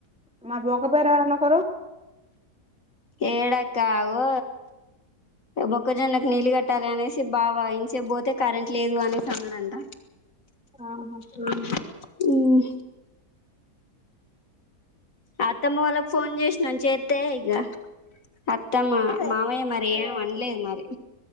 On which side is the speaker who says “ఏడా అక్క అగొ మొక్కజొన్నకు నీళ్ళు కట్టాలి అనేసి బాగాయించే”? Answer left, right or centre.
Left